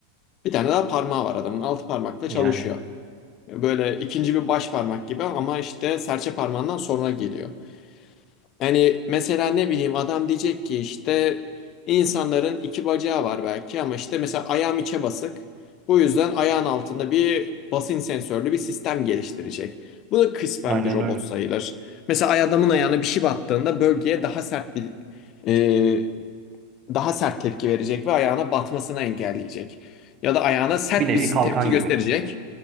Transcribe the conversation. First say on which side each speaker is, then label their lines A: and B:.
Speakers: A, on the left (about 35°); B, on the right (about 30°).
A: Bir tane daha parmağı var adamın. Altı parmakla
B: Yani
A: çalışıyor. Böyle ikinci bir baş parmak gibi ama işte serçe parmağından sonra geliyor. Yani mesela ne bileyim adam diyecek ki işte insanların iki bacağı var belki ama işte mesela ayağım içe basık. Bu yüzden ayağın altında bir basınç sensörlü bir sistem geliştirecek. Bu da kısmen
B: aynen
A: bir robot
B: öyle.
A: sayılır. Mesela ay- adamın ayağına bir şey battığında bölgeye daha sert bir e, daha sert tepki verecek ve ayağına batmasını engelleyecek. Ya da ayağına sert
B: Bir nevi
A: bir
B: kalkan
A: tepki gösterecek.
B: gibi.